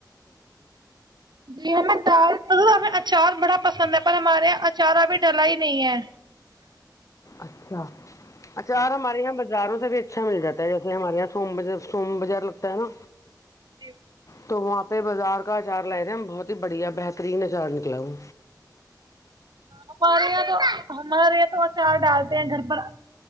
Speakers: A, on the right; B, on the left.
A: جی میں چال دک اچار بڑا پسند ہے پر ہمارے یہاں اچار ابھی ڈلا ہی نہیں ہے
B: اچھا اچار ہمارے یہاں بازاروں سے بھی اچھا مل جاتا ہے جیسے ہمارے یہاں سوم ب سوم بازار لگتا ہے نا
A: جی
B: تو وہاں پہ بازار کا اچار لائے تھے بہت ہی بڑھیا بہترین اچار نکلا وہ
A: ہمارے یہاں تو ہمارے یہاں تو اچار ڈالتے ہیں گھر پر